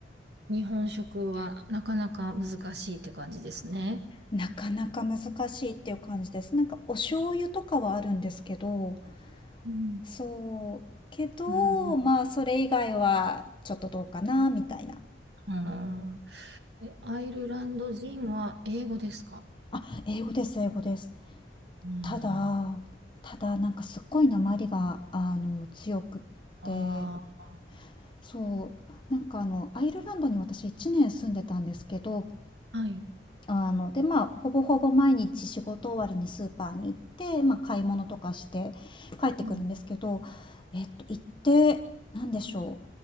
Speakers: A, on the right; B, on the left.
A: 日本食はなかなか難しいって感じですね。
B: なかなか難しいっていう感じです。なんかお醤油とかはあるんですけど、
A: うん。
B: そう、けど、
A: うん。
B: まあそれ以外はちょっとどうかな、みたいな。
A: うんえ、アイルランド人は英語ですか
B: あ、英語です、英語です。
A: うん
B: ただ、
A: あ
B: ただなんかすっごい訛りが、あの、強くって、
A: あ
B: そう。なんかあの、アイルランドに私1年住んでたんですけど、
A: ー、はい。
B: あの、で、まあ、ほぼほぼ毎日仕事終わりにスーパーに行って、まあ、買い物とかして帰ってくるんですけど、
A: うん。
B: えっと、行って、なんでしょ